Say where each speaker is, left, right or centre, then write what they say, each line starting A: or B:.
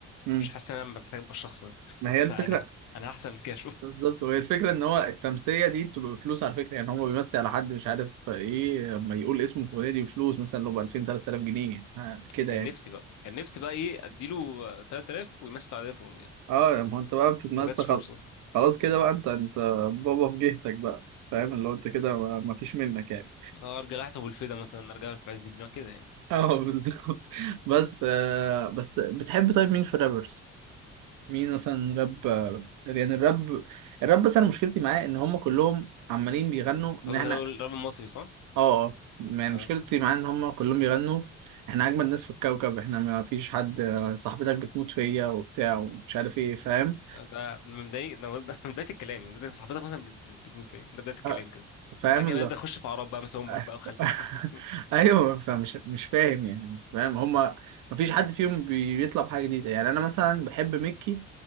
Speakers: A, on the right; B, on the left.
A: امم
B: مش حاسس ان انا محتاج ابقى الشخص ده
A: ما هي الفكره
B: <laughs> انا انا احسن من كده
A: بالظبط وهي الفكره ان هو التمثيله دي بتبقى بفلوس على فكره يعني هو بيمثل على حد مش عارف ايه لما يقول اسمه الفلاني دي بفلوس مثلا لو ب 2000 3000 جنيه ها، كده
B: كان
A: يعني
B: نفسي بقى كان نفسي بقى ايه اديله 3000 ويمسي على تليفون يعني
A: اه ما هو انت بقى بتتمثل
B: ما جاتش
A: خلاص
B: فرصه
A: خلاص كده بقى انت انت بابا في جهتك بقى فاهم اللي هو انت كده ما ما فيش منك يعني
B: أه ارجع لحتى ابو الفدا مثلا ارجع في عز الدين كده يعني
A: <laughs> اه بالظبط بس آه بس بتحب طيب مين في الرابرز مين مثلا راب آه، يعني الراب الراب بس انا مشكلتي معاه ان هم كلهم عمالين بيغنوا ان
B: قصدك
A: احنا
B: الراجل الراجل المصري صح؟
A: اه اه يعني
B: اه
A: مشكلتي معاه ان هم كلهم بيغنوا احنا اجمد ناس في الكوكب احنا ما فيش حد آه، صاحبتك بتموت فيا وبتاع ومش عارف ايه فاهم
B: ده من بداية ده ده من بداية الكلام يعني ده صاحبتك مثلا بت- بت- بتموت هي ده بداية الكلام
A: آه،
B: كده
A: فاهم
B: بعد كده بدأت أخش في أعراض بقى مثلا أمك
A: <laughs>
B: بقى وخالتك <laughs>
A: ايوه فمش مش فاهم يعني مش فاهم هما مفيش حد فيهم بي- بيطلع بحاجه جديده يعني انا مثلا بحب ميكي